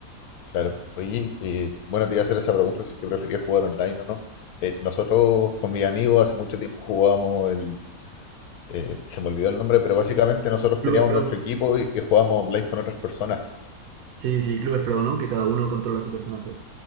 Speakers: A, on the left; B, on the right.
A: claro. Oye, eh, bueno, te iba a hacer esa pregunta si es que preferías jugar online o no. Eh, nosotros con mis amigos hace mucho tiempo jugábamos el... eh, se me olvidó el nombre, pero básicamente nosotros
B: Clubes
A: teníamos
B: Pro.
A: nuestro equipo y, y jugábamos online con otras personas.
B: Sí, sí, Clubes Pro, ¿no? Que cada uno controla su personaje.